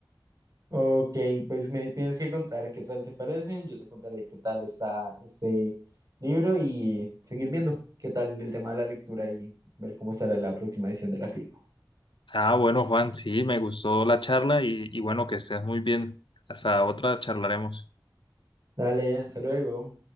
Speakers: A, on the right; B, on the left.
A: Ok, pues me tienes que contar qué tal te parecen, yo te contaré qué tal está este libro y seguir viendo qué tal el tema de la lectura y ver cómo estará la próxima edición de la Filbo.
B: Ah, bueno, Juan, sí, me gustó la charla y, y bueno, que estés muy bien. Hasta otra charlaremos.
A: Dale, hasta luego.